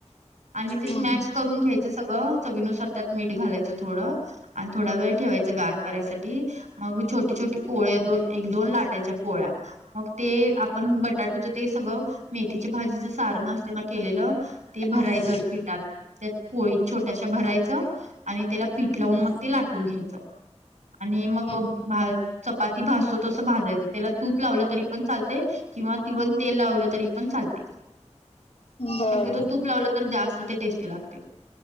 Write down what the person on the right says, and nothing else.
आणि ते स्मॅश
करून घ्यायचं करून घ्यायच सगळं चवीनुसार त्यात मीठ घालायचं थोडं आणि थोडा वेळ ठेवायच गार करायसाठी मग छोटी छोटी पोळे दोन एक दोन लाटायच्या पोळ्या मग ते आपण बटाटूच ते सगळं मेथीच्या भाजीच सारण असते ना केलेलं ते
भरायचं
पिटात त्यात पोळी छोट्याशा भरायचं आणि त्याला पीठ
लावून मग ते लाटून घ्यायचं. आणि मग
चपाती भाजतो तसं भाजायचं त्याला तूप लावलं तरी पण चालते. किंवा तिवण तेल लावलं तरी पण चालते.
शक्यतो तूप लावलं तर जास्त ते टेस्टी लागते.